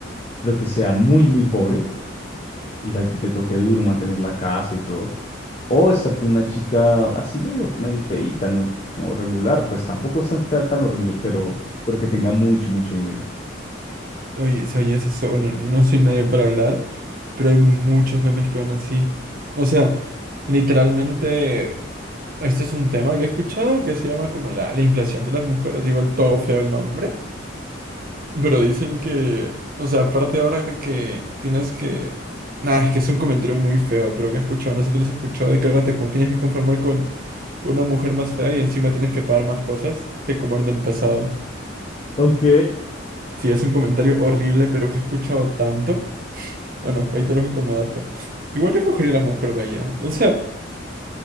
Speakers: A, on the left; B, on the right.
A: lo que sea muy, muy pobre, y a ti te toque duro mantener la casa y todo? ¿O estar con una chica así medio, medio feíta, no como regular? Pues tampoco está está tan horrible, pero, pero que tenga mucho, mucho dinero.
B: Oye, ¿sabías eso? Bueno, no no soy nadie para hablar, pero hay muchos memes que van así. O sea, literalmente, este es un tema que he escuchado que se llama como la, la inflación de las mujeres, igual todo feo el nombre, pero dicen que, o sea, aparte ahora que tienes que... Nada, es que es un comentario muy feo, pero que he escuchado, no sé si tú lo has escuchado, de que ahora te con- tienes que conformar con una mujer más fea y encima tienes que pagar más cosas que como en el pasado.
A: Ok,
B: Sí, es un comentario horrible, pero que he escuchado tanto. Bueno, ahí te lo dejo como dato. Igual yo escogería la mujer bella. O sea,